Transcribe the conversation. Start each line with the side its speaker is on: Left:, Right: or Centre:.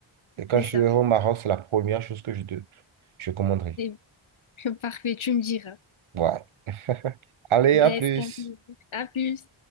Right: Et quand
Left: c'est
Right: je
Left: ça.
Right: serai au Maroc, c'est la première chose que je, te, je commanderai.
Left: C'est <laughs> parfait, tu me diras.
Right: Ouais. <laughs> Allez,
Left: Ben,
Right: à plus.
Left: c'est un plaisir. À plus.